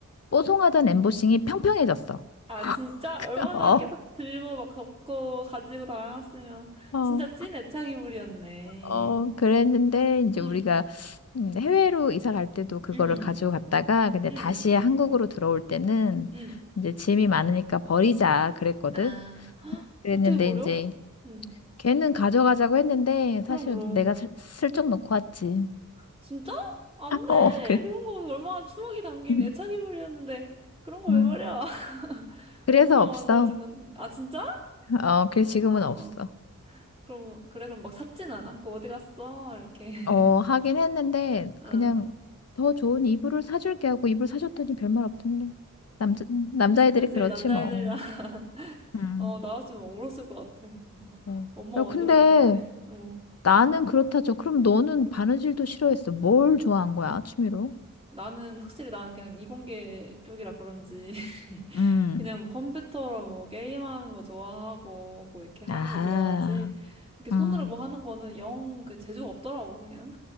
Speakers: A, on the left; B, on the right.
A: 뽀송하던 엠보싱이 평평해졌어.
B: 아, 진짜?
A: <laughs>
B: 얼마나
A: 어,
B: 계속 들고 막 덮고 가지고 다녔으면.
A: 어,
B: 진짜 찐 애착 이불이었네.
A: 어, 그랬는데, 이제
B: 응,
A: 우리가 음, 해외로 이사 갈 때도 그거를
B: 응,
A: 가지고 갔다가, 근데
B: 응,
A: 다시 한국으로 들어올 때는
B: 응.
A: 이제 짐이 많으니까 버리자 그랬거든.
B: 아, <gasps>
A: 그랬는데,
B: 어떻게 버려?
A: 이제
B: 응.
A: 걔는 가져가자고 했는데
B: 그럼,
A: 사실
B: 그럼.
A: 내가 슬, 슬쩍 놓고 왔지.
B: 진짜? 안
A: 아,
B: 돼.
A: 어, 그래.
B: 그런 거 얼마나 추억이 담긴
A: 음.
B: 애착 이불이었는데. 그런 거
A: 음.
B: 왜 버려? <laughs>
A: 그래서
B: 엄마가
A: 없어.
B: 만들어준 건데. 아, 진짜?
A: 어, 그래서 지금은
B: 어.
A: 없어.
B: 그럼, 그래, 그럼 막 샀진 않아? 그 어디 갔어? 이렇게. <laughs>
A: 어, 하긴 했는데
B: 어,
A: 그냥 더 좋은 이불을 사줄게 하고 이불 사줬더니 별말 없던데. 남자 남자애들이
B: 확실히
A: 그렇지
B: 남자애들이랑,
A: 뭐.
B: <laughs>
A: 음.
B: 어, 나왔으면 막 울었을 것 같아. <laughs>
A: 어.
B: 엄마
A: 야,
B: 만들어준
A: 근데
B: 건데. 어.
A: 나는 그렇다죠. 그럼 너는 바느질도 싫어했어. 뭘 좋아한 거야, 취미로?
B: 나는, 확실히 나는 그냥 이공계 쪽이라 그런지, <laughs>
A: 음.
B: 그냥 뭐 컴퓨터로 뭐 게임하는 거 좋아하고, 뭐 이렇게 하는
A: 아하.
B: 거 좋아하지, 이렇게 손으로
A: 음.
B: 뭐 하는 거는 영 그 재주가 없더라고, 그냥.